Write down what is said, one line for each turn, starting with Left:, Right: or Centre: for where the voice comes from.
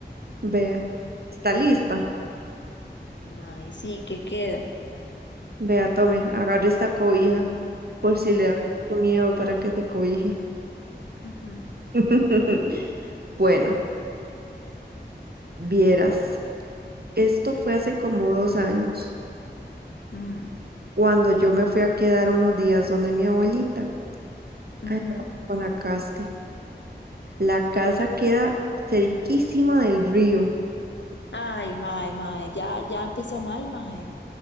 Right: Vea, está lista.
Left: Mae, sí, ¿qué queda?
Right: Vea, tome, agarre esta cobija por si
Left: Bueno.
Right: le da mucho miedo para que se cobije.
Left: ujú,
Right: <laughs> Bueno. Vieras, esto fue hace como dos años,
Left: mm,
Right: cuando yo me fui a quedar unos días donde mi abuelita,
Left: ujú.
Right: allá en Guanacaste. La casa queda cerquísima del río.
Left: Ay, mae, mae, ya, ya empezó mal, mae.